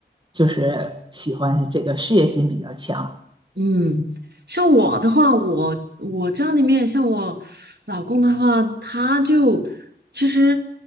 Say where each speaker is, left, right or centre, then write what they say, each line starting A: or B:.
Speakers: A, on the right; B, on the right.
A: 就是喜欢这个事业心比较强。
B: 嗯，像我的话，我我家里面像我老公的话，他就其实